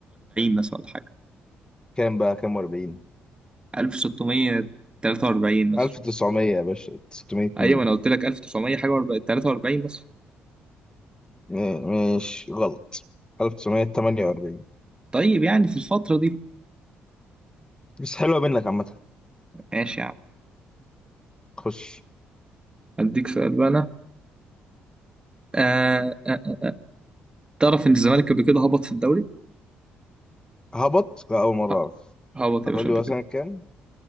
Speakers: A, on the right (about 20°); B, on the left (about 20°).
A: مثلا ولا حاجة
B: كام بقى كام 40
A: 1643 مثلا
B: 1900 يا باشا 600
A: أيوة
B: مين
A: أنا قلت لك 1900 حاجة و43 مثلا
B: ما- ماشي غلط 1948
A: طيب يعني في الفترة دي
B: بس حلوة منك عامة
A: ماشي يا عم
B: خش
A: أديك سؤال بقى أنا آه آه. آه. تعرف إن الزمالك قبل كده هبط في الدوري؟
B: هبط لا أول مرة
A: ه-
B: أعرف
A: هبط
B: هتقول
A: يا باشا
B: لي
A: قبل
B: هو سنة
A: كده
B: كام؟